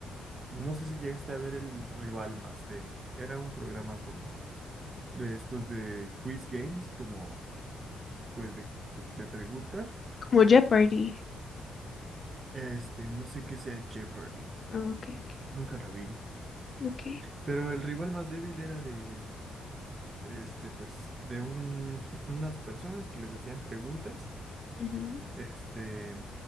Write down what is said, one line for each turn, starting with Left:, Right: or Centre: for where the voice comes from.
Right: no sé si llegaste a ver el rival más débil. Era un programa como de estos de quiz games, como pues, de, de preguntas.
Left: Como Jeopardy.
Right: Este, no sé qué sea Jeopardy,
Left: Ah, ok, ok,
Right: nunca lo vi.
Left: ok.
Right: Pero el rival más débil era de, este, pues, de un, <laughs> unas personas que les hacían preguntas
Left: Ujú,
Right: Este,